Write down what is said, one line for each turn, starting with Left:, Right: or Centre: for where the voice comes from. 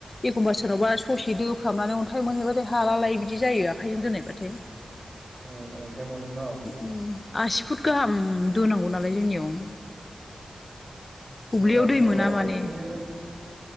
Left: एखमबा सोरनावबा ससे दोफ्रामनानै अन्थाइ मोनहैबाथाय हाला लाय बिदि जायो आखाइजों दोनाय बाथाय।
Right: उम अन्थाय मोनो ना।
Left: उम आसि फुट गाहाम दोनांगौ नालाय जोंनियाव। थब्लियाव
Right: जोंनावथ'
Left: दै मोना माने
Right: बिदिनो